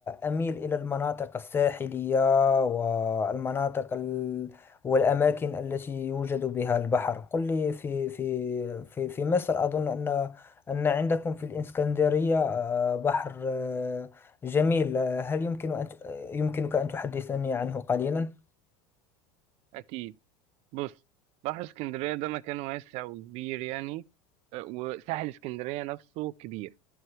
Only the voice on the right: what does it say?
اكيد بص بحر اسكندريه ده مكان واسع وكبير يعني آه، وساحل اسكندريه نفسه كبير